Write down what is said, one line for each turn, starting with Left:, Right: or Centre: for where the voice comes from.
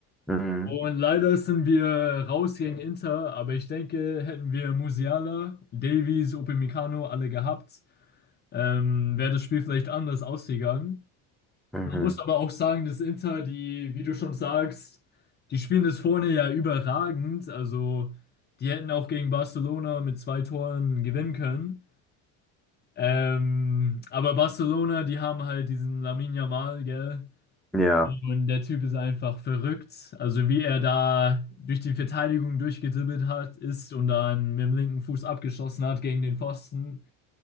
Centre: Mhm.
Left: Und leider sind wir raus gegen Inter, aber ich denke, hätten wir Musiala, Davies, Upamecano alle gehabt, ähm, wäre das Spiel vielleicht anders ausgegangen.
Centre: Mhm.
Left: Man muss aber auch sagen, dass Inter, die, wie du schon sagst, die spielen das vorne ja überragend. Also die hätten auch gegen Barcelona mit zwei Toren gewinnen können. Ähm, aber Barcelona, die haben halt diesen Lamine Yamal, gell?
Centre: Ja.
Left: Und der Typ ist einfach verrückt. Also wie er da durch die Verteidigung durchgedribbelt hat, ist und dann mit dem linken Fuß abgeschossen hat gegen den Pfosten.